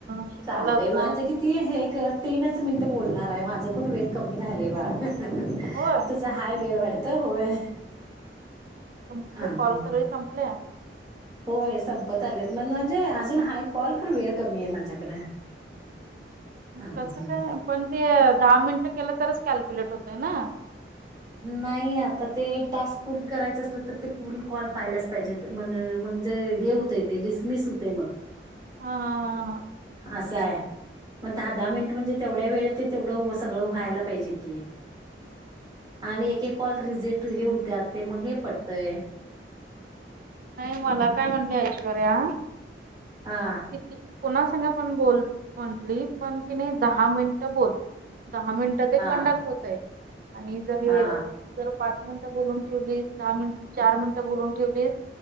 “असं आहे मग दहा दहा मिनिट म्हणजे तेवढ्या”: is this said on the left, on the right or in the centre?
Right